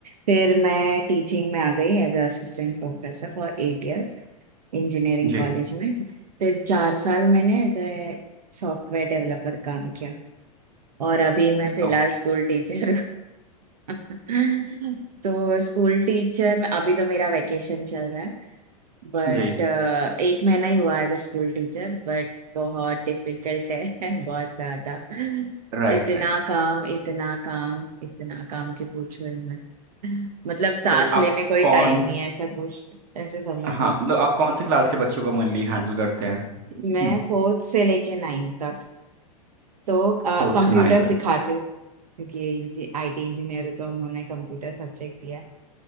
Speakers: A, on the right; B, on the right.
A: फिर मैं टीचिंग में आ गई as a assistant professor for eight years engineering
B: जी
A: college में फिर चार साल मैंने एज ए सॉफ्टवेयर डेवलपर काम किया और अभी मैं फिलहाल
B: ओके
A: स्कूल टीचर <laughs> तो स्कूल टीचर में अभी तो मेरा वेकेशन चल रहा है बट
B: जी
A: uh, एक महीना ही हुआ as a school teacher but बहुत डिफिकल्ट है <laughs> बहुत ज्यादा
B: Right
A: इतना
B: right
A: काम इतना काम इतना काम कि पूछो ही मत मतलब सांस
B: तो आप
A: लेने कोई
B: कौन
A: टाइम नहीं है ऐसा पूछ ऐसे समझ
B: हाँ
A: लो
B: मतलब आप कौन से क्लास के बच्चों का मेनली हैंडल करते हैं
A: मैं फोर्थ से लेके नाइन्थ तक तो
B: फोर्थ
A: कंप्यूटर
B: से नाइन
A: सिखाती
B: तक
A: हूँ क्योंकि आईटी इंजीनियर हूँ तो उन्होंने कंप्यूटर सब्जेक्ट दिया